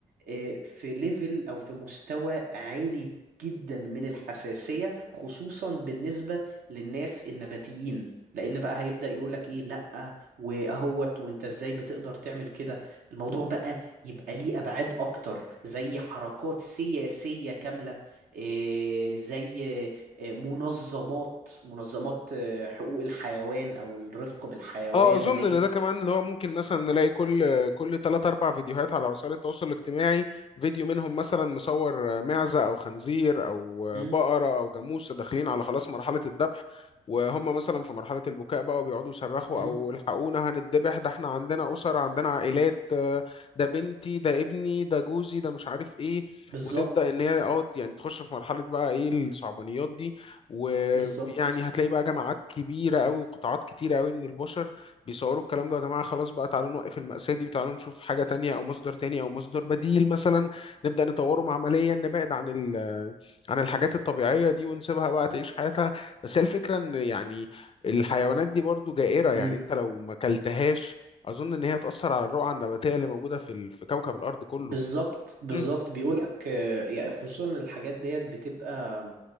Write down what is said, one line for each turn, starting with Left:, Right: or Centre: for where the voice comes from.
Right: آه، في ليفل او في مستوى عالي جدا من الحساسية خصوصا بالنسبة للناس النباتيين لان بقى هيبدأ يقولك ايه لأ واهوت وانت ازاي بتقدر تعمل كده الموضوع بقى يبقى ليه ابعاد اكتر زي حركات سياسية كاملة إيه، زي إيه، منظمات منظمات إيه، حقوق الحيوان او الرفق بالحيوان
Left: اه اظن
Right: ديت
Left: ان ده كمان اللي هو ممكن مثلا نلاقي كل كل 3 4 فيديوهات على وسائل التواصل الاجتماعي فيديو منهم مثلا مصور معزة او خنزير او
Right: مم،
Left: بقرة او جاموسة داخلين على خلاص مرحلة الذبح وهم مثلا في مرحلة البكاء بقى وبيقعدوا يصرخوا
Right: مم،
Left: او الحقونا هنتذبح ده احنا عندنا اسر عندنا عائلات آه، ده بنتي ده ابني ده جوزي ده مش عارف ايه
Right: بالظبط
Left: وتبدأ ان هي اه يعني تخش في مرحلة بقى ايه الصعبانيات دي ويعني
Right: بالظبط
Left: هتلاقي بقى جماعات كبيرة قوي وقطاعات كتيرة قوي من البشر بيصوروا الكلام ده يا جماعة خلاص بقى تعالوا نوقف المأساة دي وتعالوا نشوف حاجة تانية أو مصدر تاني أو مصدر بديل مثلا نبدأ نطوره معمليا نبعد عن ال آه، عن الحاجات الطبيعية دي ونسيبها بقى تعيش حياتها بس هي الفكرة إن يعني الحيوانات دي برضو جائرة
Right: امم.
Left: يعني أنت لو ما كلتهاش أظن إن هي تأثر على الرقعة النباتية اللي موجودة في ال... في كوكب الأرض كله
Right: بالظبط بالظبط
Left: مم.
Right: بيقولك آه، يعني خصوصا إن الحاجات ديت بتبقى